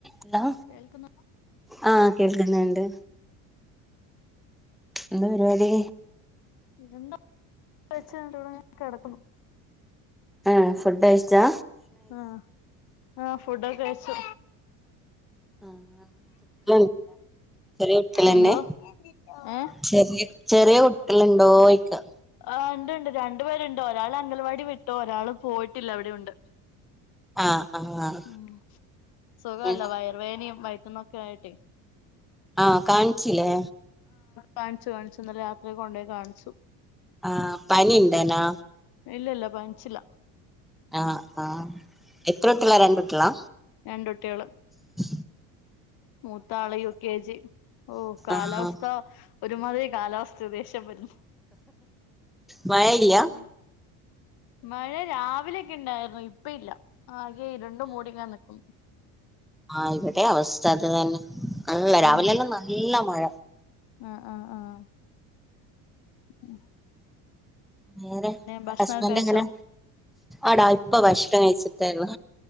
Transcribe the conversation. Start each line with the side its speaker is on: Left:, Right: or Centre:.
Centre: Hello
Left: കേൾക്കുന്നു
Centre: ആ കേൾക്ക്ണ് ണ്ട് എന്താ പരിപാടി
Left: എന്തോ. <unintelligible> കെടക്കുന്നു
Centre: ആഹ് ഫുഡ്ഴിച്ചാ.
Left: ആഹ് ആ ഫുഡൊക്കെ കഴിച്ചു
Centre: <unintelligible> ചെറിയ കുട്ടിയളന്നെ
Left: എന്തോ ഏ
Centre: ചെറി ചെറ്യേ കുട്ടിളുണ്ടോ യിക്ക.
Left: ആ ഇണ്ട് ഇണ്ട് രണ്ടു പേര്ണ്ട് ഒരാള് അംഗൽവാടി വിട്ടു ഒരാൾ പോയിട്ടില്ല ഇവിടെയുണ്ട്
Centre: ആഹ് ആഹ്.
Left: ഉം സുഖല്ല
Centre: പിന്നെ
Left: വയർവേനയും വൈട്ടന്നൊക്കെ ആയിട്ടെ.
Centre: ആ കാൺച്ചിലെ
Left: കാൺച്ചു കാൺച്ചു ഇന്നലെ രാത്രി കൊണ്ടെയ് കാൺച്ചു.
Centre: ആഹ് പനി ഇണ്ടനാ
Left: ഇല്ല ഇല്ല പൻച്ച്ല്ല.
Centre: ആഹ് ആഹ് എത്ര കുട്ട്യളാ രണ്ട് കുട്ടികളാ?
Left: രണ്ടുട്ട്യേള്
Centre: ഉ
Left: മൂത്താള് യു കെ ജി. ഓ കാലാവസ്ഥ
Centre: ആഹ്
Left: ഒരുമാതിരി കാലാവസ്ഥ ദേഷ്യം വരുന്നു
Centre: മഴയില്ല.
Left: ഉം മഴ രാവിലെക്കെ ഇണ്ടായിരുന്നു ഇപ്പ ഇല്ല ആകെ ഇര്ണ്ടു മൂടിങ്ങനെ നിക്കുന്നു
Centre: ആ ഇവടേം അവസ്ഥ അത് തന്നെ നല്ല രാവിലെ
Left: ഉം
Centre: എല്ലാം നല്ല മഴ
Left: ആഹ് ആഹ് ആഹ് ഉം.
Centre: <unintelligible>
Left: ഭക്ഷണൊക്കെ
Centre: ഹസ്ബൻഡ
Left: കഴിച്ചോ
Centre: എങ്ങനെ ആടാ ഇപ്പൊ ഭക്ഷണം കഴിച്ചിട്ടെള്ളൂ